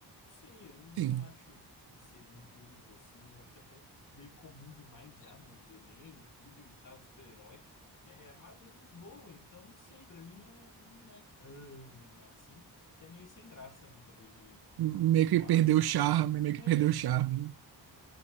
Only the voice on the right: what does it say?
sim.
Meio
que perdeu o charme, meio
que perdeu o charme, né?